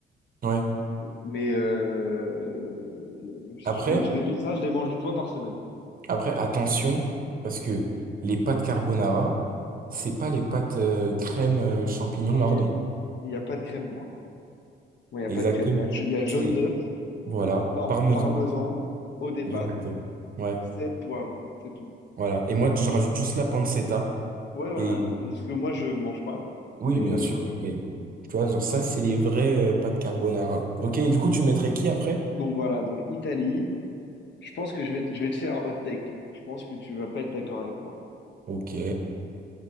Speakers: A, on the right; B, on the left.
A: Ouais.
B: Mais euh, je,
A: Après,
B: je l'ai- ça, je les mange une fois par semaine.
A: Après, attention, parce que les pâtes carbonara, c'est pas les pâtes euh, crème euh, champignon
B: Et
A: lardon.
B: il n'y a pas de crème, moi. Moi, il n'y a
A: Exactement.
B: pas de crème. Il y a, il y a jaune
A: C'est,
B: d'œuf.
A: voilà,
B: Par
A: parmesan.
B: parmesan, eau des pâtes,
A: Exactement. Ouais,
B: sel, poivre, c'est tout.
A: voilà. Et moi, je rajoute juste la pancetta.
B: Ouais, voilà.
A: Et
B: Mais parce que moi, je mange pas.
A: oui,
B: Mais
A: bien sûr. Mais, tu vois, genre ça, c'est les vraies euh, pâtes carbonara. Ok, et du coup, tu mettrais qui après?
B: donc voilà, donc Italie. Je pense que je vais, je vais te faire un hot take là. Je pense que tu vas pas être d'accord avec moi.
A: Ok.